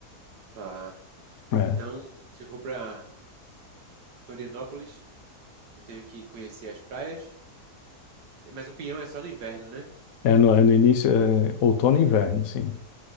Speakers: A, on the right (about 85°); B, on the left (about 65°).
A: Ah,
B: É,
A: então, se eu for pra Florianópolis... Eu tenho que conhecer as praias. Mas o Pinhão é só no inverno, né?
B: é no, é no início, é outono e inverno, sim.